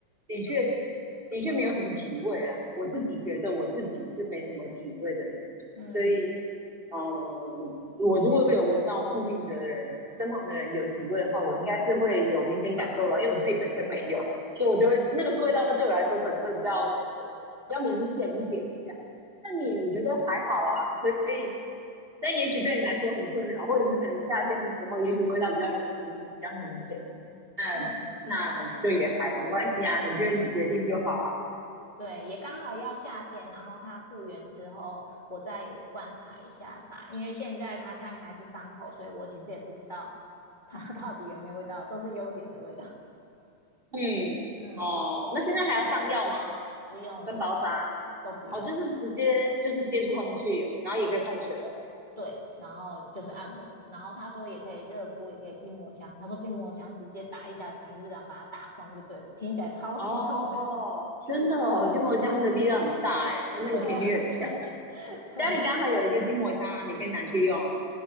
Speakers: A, on the right; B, on the left.
A: 的确的确没有什么体味啦。我自己觉得我自己是没什么体味的人，
B: 嗯，
A: 所以呃，我如果有闻到附近的人、身旁的人有体味的话，我应该是会有明显感受到，因为我自己本身没有，所以我就会那个味道对我来说可能会比较比较明显一点这样。那你我觉得还好啊，所以但也许对你来说很困扰，或者是可能夏天的时候，也许味道比较容易比较明显。那那就也还没关系啊，
B: 嗯，
A: 我觉得你决定就好啊。
B: 对，也刚好要夏天，然后它复原之后，我再观察一下吧。因为现在它下面还是伤口，所以我其实也不知道它 <laughs> 到底有没有味道，都是优点的味道。
A: 嗯，
B: 嗯，
A: 哦，那现在还要上药吗？
B: 不用了，
A: 跟包扎？
B: 都不用。
A: 哦，就是直接就是接触空气，然后也可以碰水了。
B: 对，然后就是按摩，然后他说也可以热敷，也可以筋膜枪。他说筋膜枪直接打一下，反正就是这样把它打松就对了。听起来超级痛的，
A: 哦，真的哦，筋膜枪的力量很大哎，那个频率很强。
B: <laughs> 对啊，<laughs> 对，
A: 家里刚好有一个筋膜枪啊，你可以拿去用啊